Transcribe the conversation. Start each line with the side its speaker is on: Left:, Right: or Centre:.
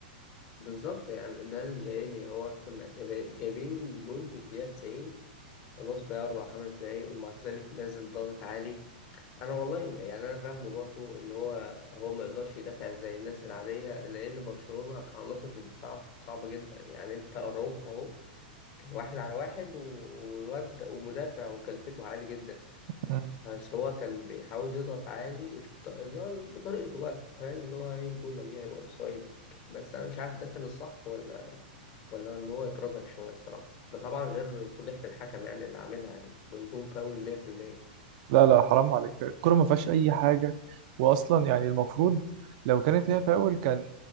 Left: بالظبط يعني ده اللي مضايقني هو كنا جايب- جايبين جون في الدقيقه 90 خلاص بقى أربع خمس دقايق ومع ذلك نازل ضغط عالي انا والله يعني انا فاهمه برضو ان هو هو ما يقدرش يدافع زي الناس العاديه لان برشلونه كعناصر في الدفاع صعبه جدا يعني انت اراوخو اهو كان واحد على واحد و- والواد ومدافع وكلفته عالي جدا
Right: مم.
Left: بس هو كان بيحاول يضغط عالي الط- اللي هو بطريقته بقى فاهم اللي هو ايه الجول لو جه هيبقى اوفسايد بس انا مش عارف ده كان الصح ولا ولا ان هو يتراجع شويه الصراحه ده طبعا غير فضيحه الحكم يعني اللي عاملها يعني الجول فاول 100%
Right: لا لا حرام عليك الكرة ما فيهاش اي حاجة واصلا يعني المفروض لو كانت هي فاول كان